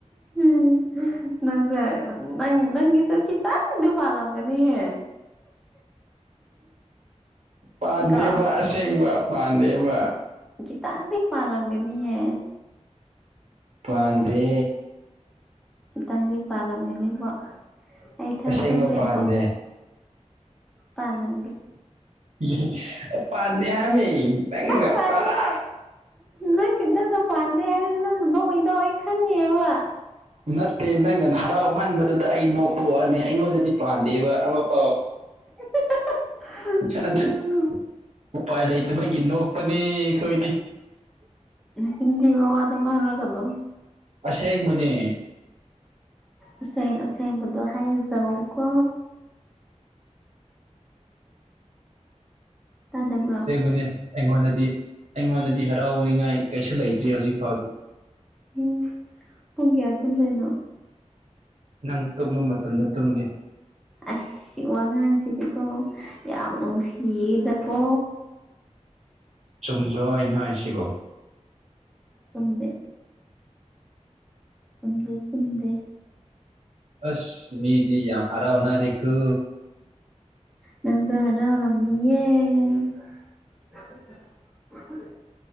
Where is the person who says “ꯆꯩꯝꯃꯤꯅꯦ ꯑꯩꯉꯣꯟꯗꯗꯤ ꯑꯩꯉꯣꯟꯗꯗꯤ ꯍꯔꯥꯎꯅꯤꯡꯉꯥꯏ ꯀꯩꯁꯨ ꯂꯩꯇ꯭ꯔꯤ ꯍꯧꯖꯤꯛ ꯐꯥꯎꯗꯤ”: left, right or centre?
Right